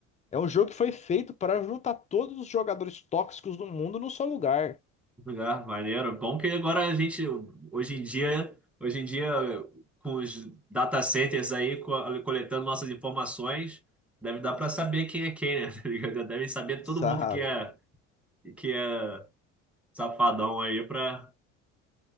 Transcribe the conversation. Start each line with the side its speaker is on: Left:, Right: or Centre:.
Left: É um jogo que foi feito para juntar todos os jogadores tóxicos do mundo num só lugar,
Centre: Ah, maneiro. Bom que agora a gente, hoje em dia, hoje em dia, com os data centers aí co- coletando nossas informações, deve dar para saber quem é quem, né? <laughs> tá ligado? Já Devem saber
Left: sabe?
Centre: todo mundo que é, que é safadão aí para